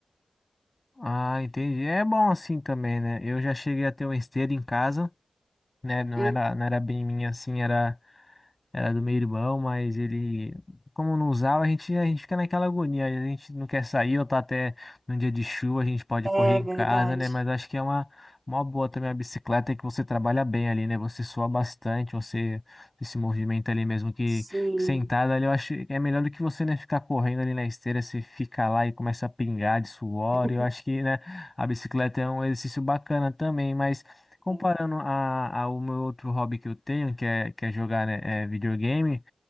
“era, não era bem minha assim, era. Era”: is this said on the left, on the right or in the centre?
Left